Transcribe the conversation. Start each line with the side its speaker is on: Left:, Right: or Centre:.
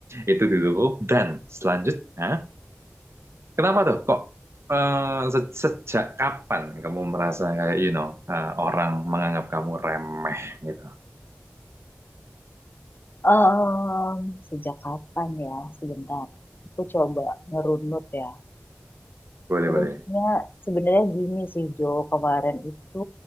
Right: Itu dulu. Dan selanjutnya, kenapa tuh? Kok eh, se- sejak kapan kamu merasa kayak, you know, eh, orang menganggap kamu remeh gitu?
Left: Em, sejak kapan ya? Sebentar. Aku coba ngerunut ya.
Right: Boleh,
Left: Sebenarnya
Right: boleh.
Left: sebenarnya gini sih Jo, kemarin itu